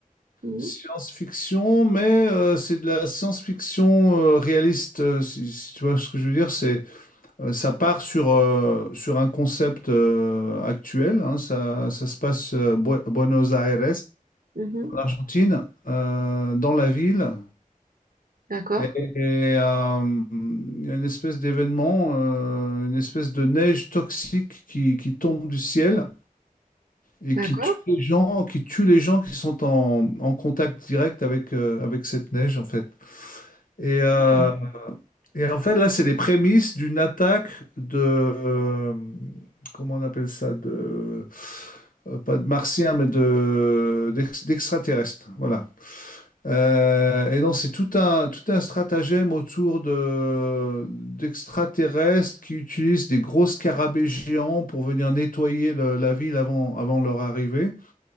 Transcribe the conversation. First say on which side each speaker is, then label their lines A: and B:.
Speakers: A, on the right; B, on the left.
A: Mhm,
B: science-fiction, mais euh, c'est de la science-fiction euh, réaliste. euh, si, si tu vois ce que je veux dire, c'est Euh, ça part sur, euh, sur un concept euh, actuel. hein. ça, ça se passe euh, Buenos Aires,
A: mhm.
B: en Argentine, euh, dans la ville.
A: D'accord,
B: Et, et, euh, il y a une espèce d'événement, euh, une espèce de neige toxique qui, qui tombe du ciel et
A: d'accord.
B: qui tue les gens, qui tue les gens qui sont en, en contact direct avec, euh, avec cette neige, en fait. Et, euh,
A: Ah
B: Et en fait, là, c'est les prémices d'une attaque de... euh, comment on appelle ça? De, euh, pas de martiens, mais de, d'ex- d'extraterrestres. Voilà. Euh, et donc, c'est tout un, tout un stratagème autour de, d'extraterrestres qui utilisent des gros scarabées géants pour venir nettoyer le- la ville avant, avant leur arrivée.